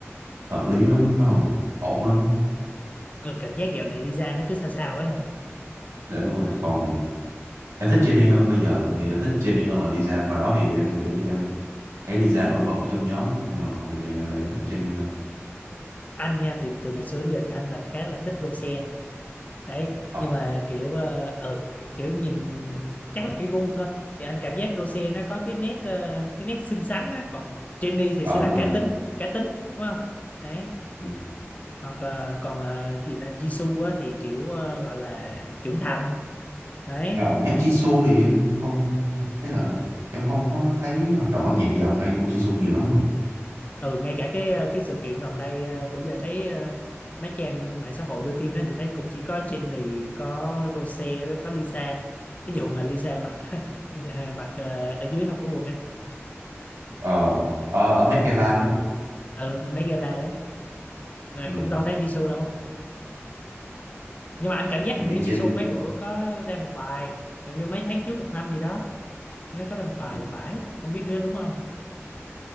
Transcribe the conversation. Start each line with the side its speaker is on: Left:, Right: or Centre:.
Right: hợp lý lắm nó không được ổn lắm
Left: ừ cảm giác dạo này Lisa nó cứ sao sao ấy hả
Right: để đúng
Left: nó,
Right: rồi còn em thích Jennie hơn bây giờ thì em thích Jennie hơn là Lisa hồi đó thì em kiểu như em thấy Lisa nổi bật trong nhóm á, nhưng mà còn bây giờ em lại thích Jennie hơn
Left: anh nha thì từ ngày xưa đến giờ thì anh là khá là thích Rosé đấy
Right: ờ
Left: nhưng mà kiểu ờ, ừ kiểu nhìn chắc là cái gu thôi thì anh cảm giác Rose nó có cái nét ờ, cái nét xinh xắn á còn Jennie thì
Right: ờ
Left: sẽ
Right: đúng
Left: là
Right: rồi
Left: cá
Right: đúng
Left: tính
Right: rồi
Left: cá tính đúng không đấy
Right: Ừ.
Left: hoặc là còn ờ, gì ta Jisoo á thì kiểu ờ, gọi là trưởng thành đấy
Right: Ờ, nhắc Jisoo thì em không ý là em không có thấy hoạt động âm nhạc dạo gần đây của Jisoo nhiều lắm
Left: ừ ngay cả cái ờ, cái sự kiện gần đây ờ, bữa giờ thấy ờ, mấy trang mạng xã hội đưa tin đó thì thấy cũng chỉ có Jennie có Rose với có Lisa cái vụ mà Lisa mặc <laughs> mặc ờ, ở dưới không có quần ấy
Right: ờ ở, ở Met Gala đúng không
Left: ừ mấy gala đó là
Right: ừ.
Left: cũng đâu thấy Jisoo đâu nhưng mà anh cảm giác
Right: như
Left: hình như Jisoo
Right: trên
Left: mấy bữa có ra một bài hình như mấy tháng trước một năm gì đó nhớ có ra một bài
Right: ừ.
Left: thì phải không biết nữa đúng không